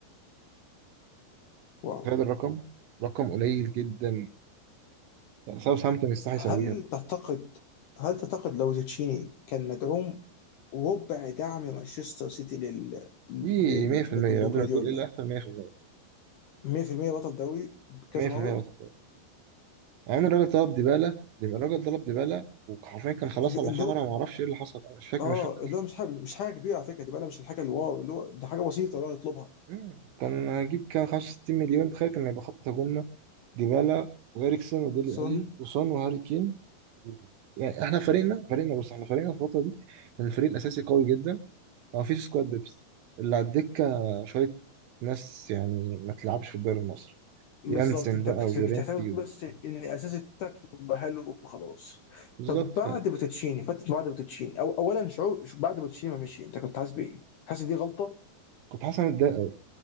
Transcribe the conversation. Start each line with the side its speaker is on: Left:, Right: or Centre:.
Left: واو
Right: تخيل الرقم رقم قليل جدا ساوثهامبتون يستحي يسويها
Left: هل تعتقد هل تعتقد لو تشيني كان مدعوم ربع دعم مانشستر سيتي لل لل-
Right: ايه 100%
Left: لبوليو
Right: قبل
Left: جوارديولا
Right: ما تقول ايه اللي هيحصل 100%
Left: 100% بطل دوري بكذا
Right: 100%
Left: مره
Right: نقطة ضرر يعني الراجل طلب ديبالا يبقى الراجل طلب ديبالا وحرفيا كان خلاص
Left: اللي
Right: على
Left: اللي
Right: شهرة
Left: هو
Right: ما اعرفش ايه اللي حصل انا مش فاكر
Left: اه
Right: انا مش فاكر ايه اللي
Left: اللي هو
Right: حصل
Left: مش حاجه مش حاجه كبيره على فكره دي بقى مش الحاجه الواو اللي هو ده حاجه بسيطه اللي هو نطلبها
Right: مم. كان هجيب كان 65 مليون تخيل كان هيبقى خط هجومنا ديبالا وإريكسون وديلي
Left: سون
Right: ألي وسون وهاري كين يعني احنا فريقنا فريقنا بص احنا فريقنا الفترة دي كان الفريق الأساسي قوي جدا ما فيش سكواد ديبث اللي على الدكة شوية ناس يعني ما تلعبش في الدوري المصري
Left: بالظبط
Right: يانسن
Left: انت
Right: بقى
Left: كنت
Right: ويورينتي
Left: بتهتم
Right: و...
Left: بس ان الاساس بتاعك يبقى حلو وخلاص
Right: بالظبط
Left: طب بعد
Right: بقى
Left: بوتوتشيني فتره بعد بوتوتشيني أو اولا شعور شو- بعد بوتوتشيني ما مشي انت كنت حاسس بايه؟ حاسس إن دي غلطه
Right: كنت حاسس إن أنا متضايق أوي.